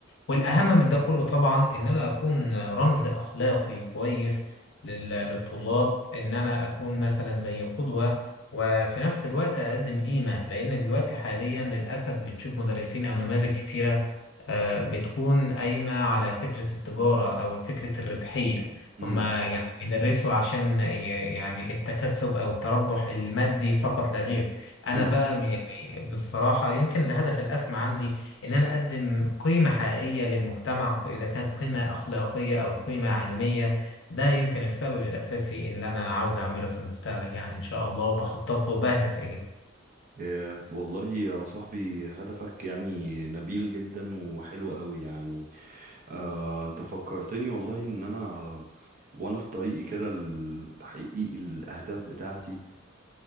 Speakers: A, on the left; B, on the right.
A: والأهم من ده كله طبعا إن أنا أكون رمز أخلاقي كويس لل- للطلاب إن أنا أكون مثلا زي قدوة وفي نفس الوقت أقدم قيمة لأن دلوقتي حاليا للأسف بتشوف مدرسين أو نماذج كتيرة آه، بتكون قايمة على فكرة التجارة أو فكرة الربحية
B: مم.
A: هما يعني بيدرسوا عشان ي- يعني التكسب أو التربح المادي فقط لا غير أنا
B: مم.
A: بقى م- يعني بالصراحة يمكن الهدف الأسمى عندي إن أنا أقدم قيمة حقيقية للمجتمع إذا كانت قيمة أخلاقية أو قيمة علمية ده يمكن السبب الأساسي اللي أنا عاوز أعمله في المستقبل يعني إن شاء الله وبخطط له وبهدف إليه
B: آه، والله يا صاحبي هدفك يعني نبيل جدا وحلو قوي يعني آه انت فكرتني والله ان انا وانا في طريقي كده لتحقيق الاهداف بتاعتي